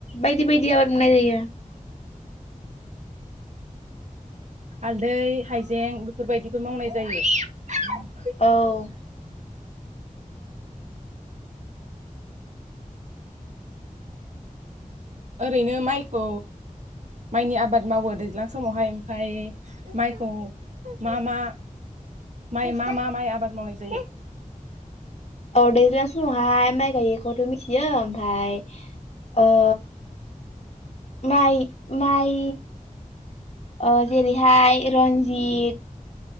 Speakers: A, on the left; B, on the right.
A: बायदि बायदि आबाद मावनाय जायो।
B: हालदै हाइजें बेफोरबायदिबो मावनाय जायो <unintelligible>
A: औ
B: ओरैनो माइखौ माइनि आबाद मावो दैज्लां समावहाय ओमफाय माइखौ मा मा माइ मा मा माइ आबाद मावनाय जायो?
A: औ दैज्लां समावहाय माइ गायैखौथ' मिथियो ओमफ्राय ओ माइ माइ ओ जेरैहाय रनजित